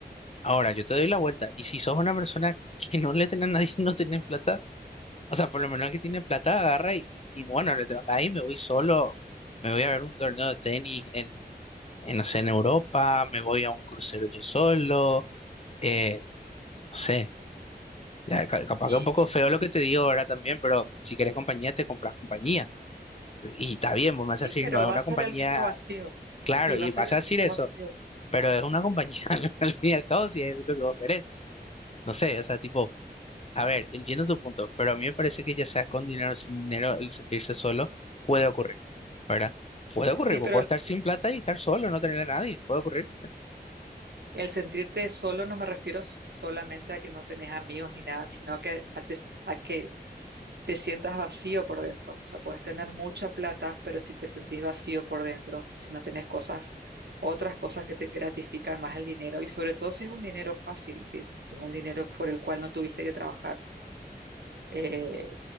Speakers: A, on the left (about 40°); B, on the right (about 85°).
A: Ahora, yo te doy la vuelta,
B: Sí.
A: y si sos una persona que no le tiene a nadie, <laughs> no tenés plata, o sea, por lo menos el que tiene plata agarra y, y bueno, no le tengo a nadie, me voy solo, me voy a ver un torneo de tenis en, en, no sé, en Europa, me voy a un crucero yo solo, eh, no sé, ya, ca- capaz
B: Y
A: que es un poco feo lo que te digo ahora también, pero si querés compañía, te compras compañía. Y está bien, vos
B: sí,
A: me vas a decir,
B: pero
A: no es
B: va
A: una
B: a ser
A: compañía
B: el mismo vacío.
A: Claro,
B: Sí,
A: y
B: va a ser
A: vas
B: el
A: a decir
B: mismo
A: eso,
B: vacío.
A: pero es una compañía, <laughs> al fin y al cabo, si es lo que vos querés. No sé, o sea, tipo, a ver, entiendo tu punto, pero a mí me parece que ya sea con dinero o sin dinero, el sentirse solo puede ocurrir, ¿verdad? Puede ocurrir,
B: Sí,
A: vos
B: pero
A: podés estar sin plata y estar solo, no tener a nadie, puede ocurrir.
B: El sentirte solo no me refiero s- solamente a que no tenés amigos ni nada, sino que a, te- a que te sientas vacío por dentro. O sea, puedes tener mucha plata, pero si te sentís vacío por dentro, si no tenés cosas, otras cosas que te gratifican más el dinero, y sobre todo si es un dinero fácil, si, si es un dinero por el cual no tuviste que trabajar. Eh,